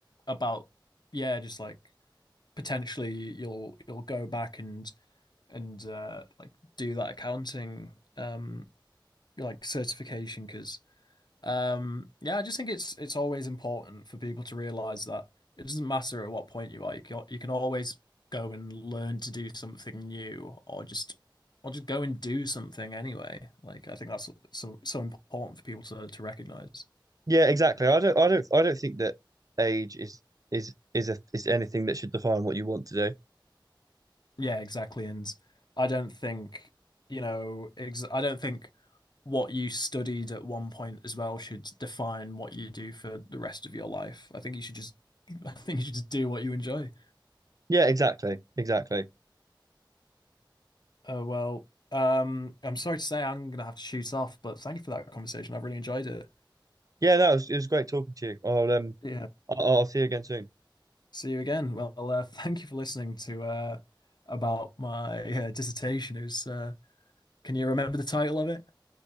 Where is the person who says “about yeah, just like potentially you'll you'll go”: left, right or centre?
Left